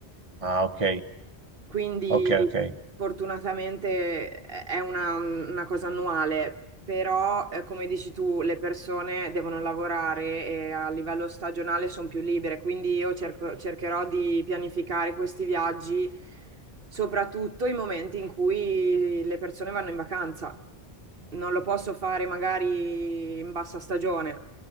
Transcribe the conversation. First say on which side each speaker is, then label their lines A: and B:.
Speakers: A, on the right (about 30°); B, on the right (about 65°).
A: Ah, ok,
B: Quindi
A: ok, ok.
B: fortunatamente è è una, una cosa annuale, però eh, come dici tu, le persone devono lavorare e a livello stagionale sono più libere, quindi io cerco- cercherò di pianificare questi viaggi, soprattutto i momenti in cui le persone vanno in vacanza. Non lo posso fare magari in bassa stagione.